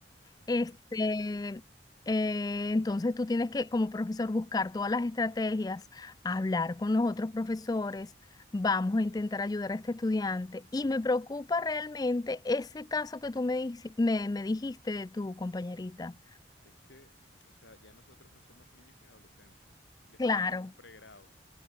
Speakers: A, on the left (about 75°); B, on the left (about 20°).
A: Ok.
B: Este, eh, entonces tú tienes que, como profesor, buscar todas las estrategias, hablar con los otros profesores, vamos a intentar ayudar a este estudiante. Y me preocupa realmente ese caso que tú me, dici- me, me dijiste de tu compañerita.
A: Es que, o sea, ya nosotros no somos niños ni adolescentes, ya
B: Claro.
A: estamos en un pregrado.